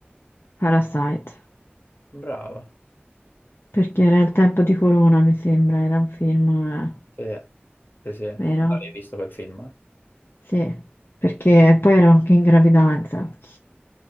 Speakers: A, on the left; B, on the left.
A: Parasite.
B: Brava.
A: Perché era il tempo di Corona, mi sembra, era un film, eh,
B: Sì. Sì, sì. Avevi
A: vero?
B: visto quel film?
A: Sì, perché poi ero anche in gravidanza.